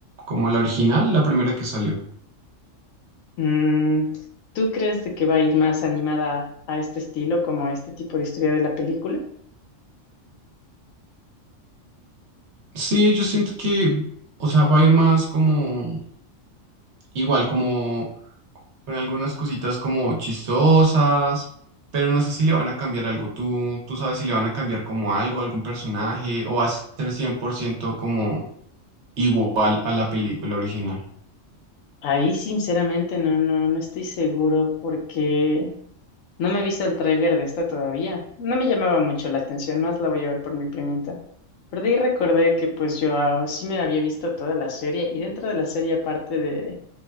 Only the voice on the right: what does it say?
como la original, la primera que salió.
Sí, yo siento que, o sea, va a ir más como igual, como con algunas cositas como chistosas, pero no sé si le van a cambiar algo. ¿Tú, tú sabes si le van a cambiar como algo, algún personaje, o va a ser 100% como igual a la película original?